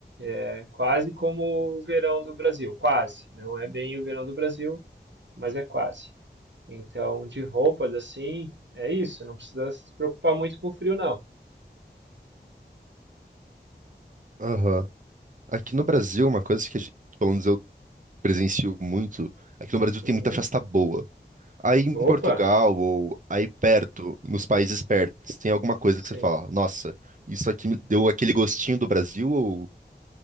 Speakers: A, on the right; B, on the right.
A: é quase como o verão do Brasil. Quase, não é bem o verão do Brasil, mas é quase. Então, de roupas assim, é isso, não precisa se preocupar muito com frio, não.
B: Aham. Aqui no Brasil, uma coisa que, a gente- pelo menos eu presencio muito, aqui no Brasil
A: Uhum.
B: tem muita festa boa. Aí em Portugal
A: Opa,
B: ou aí perto, nos países pertos, tem alguma coisa
A: sim.
B: que você fala, nossa, isso aqui me deu aquele gostinho do Brasil ou...